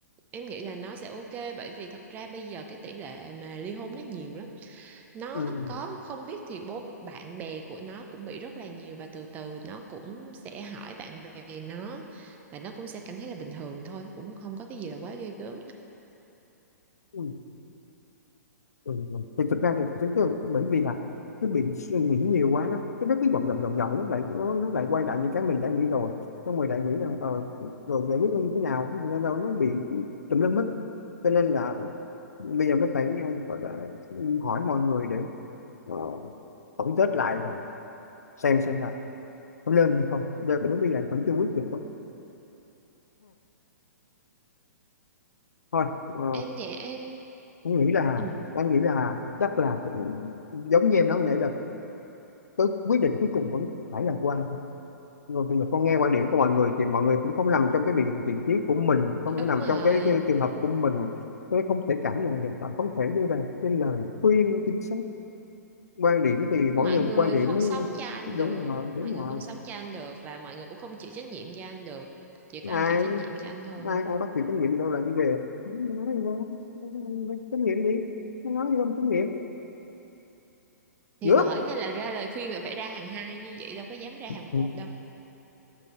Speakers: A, on the right; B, on the left.
A: em nghĩ là nó sẽ ok bởi vì thật ra bây giờ cái tỷ lệ mà ly hôn nó nhiều lắm nó
B: ừ,
A: có không biết thì bố bạn bè của nó cũng bị rất là nhiều và từ từ nó cũng sẽ hỏi bạn bè nó và nó cũng sẽ cảm thấy là bình thường thôi cũng không có cái gì là quá ghê gớm
B: ừ, ừ, ừ. thì thực ra thì tôi, tôi bởi vì là cứ bị suy nghĩ nhiều quá nó cái nó cứ vòng vòng vòng vòng nó lại nó, nó lại quay lại những cái mình đã nghĩ rồi xong rồi lại nghĩ là ờ, rồi giải quyết nó như thế nào thế là đâu nó bị tùm lum hết á. cho nên là bây giờ mới phải ờ, gọi là ừ, hỏi mọi người để ờ, tổng kết lại và xem xem là có lên hay không giờ đến bây giờ vẫn chưa quyết được <sighs> thôi ờ,
A: em thì em
B: anh nghĩ là
A: ừ,
B: anh nghĩ là chắc là phải- giống như em nói hồi nãy là cái quyết định cuối cùng vẫn phải là của anh thôi rồi bây giờ con nghe quan điểm của mọi người thì mọi người cũng không nằm trong cái vị vị trí của mình không
A: đúng
B: có nằm
A: rồi
B: trong cái, cái trường hợp của mình tôi không thể cảm nhận được và không thể đưa ra cái lời khuyên chính xác quan điểm thì mỗi
A: mọi
B: người
A: người
B: một quan điểm
A: không sống cho anh
B: đúng
A: được
B: rồi đúng
A: mọi người
B: rồi
A: không sống cho anh được và mọi người cũng không chịu trách nhiệm cho anh được chỉ có
B: ai
A: anh chịu trách nhiệm cho anh thôi
B: ai ai bắt việc trách nhiệm gì đâu làm đi về nói gì đâu trách nhiệm gì nói gì đâu mà trách nhiệm
A: thì
B: gớp
A: bởi nên là ra lời khuyên là phải ra hàng hai như vậy đâu có dám ra hàng
B: ừ.
A: một đâu